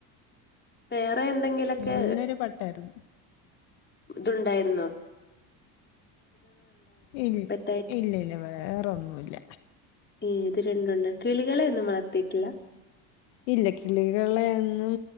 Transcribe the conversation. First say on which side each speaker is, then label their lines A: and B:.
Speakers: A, on the left (about 20°); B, on the left (about 80°).
A: വേറെ എന്തെങ്കിലൊക്കെ
B: നല്ലൊരു പട്ടായിരുന്നു
A: ഇത്ണ്ടായിരുന്നോ
B: ഇ
A: പെറ്റായിട്ട്
B: ഇല്ല ഇല്ല വേറെൊന്നുല്ല
A: ഏത് രണ്ടെണം കിളികളെ ഒന്നും വളർത്തിയിട്ടില്ല
B: ഇല്ല. കിളികളെ ഒന്നും